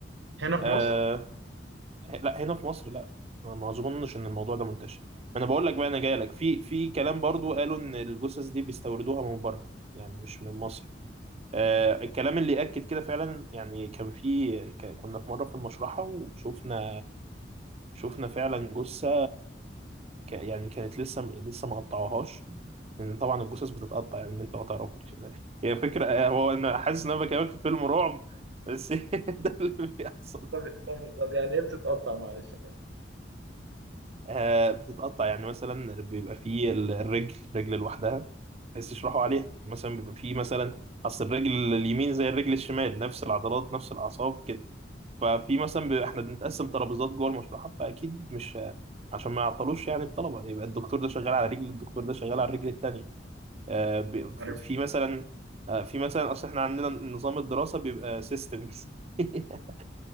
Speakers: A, on the right; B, on the right.
A: هنا في
B: آه،
A: مصر
B: إيه، لا هنا في مصر لا أنا ما اظنش ان الموضوع ده منتشر ما انا بقول لك بقى انا جاي لك في في كلام برضو قالوا ان الجثث دي بيستوردوها من بره يعني مش من مصر آه الكلام اللي اكد كده فعلا يعني كان في ك- كنا في مره في المشرحه وشفنا شفنا فعلا جثه ك يعني كانت لسه لسه ما قطعوهاش لان طبعا الجثث بتتقطع يعني انت ما تعرفش <laughs> هي فكره هو انا حاسس ان انا بكلمك في فيلم رعب بس <laughs> ده اللي بيحصل
A: طب طب طب يعني ايه بتتقطع معلش
B: آه بتتقطع يعني مثلا بيبقى فيه ال- الرجل رجل لوحدها بس يشرحوا عليها مثلا بيبقى فيه مثلا اصل الرجل اليمين زي الرجل الشمال نفس العضلات نفس الاعصاب كده ففي مثلا بيبقى احنا بنتقسم ترابيزات جوه المشرحه فاكيد مش عشان ما يعطلوش يعني الطلبه يبقى الدكتور ده شغال على رجل الدكتور ده شغال على الرجل التانيه آه بي-
A: معلش
B: في مثلا آه في مثلا اصل احنا عندنا نظام الدراسه بيبقى سيستمز <laughs>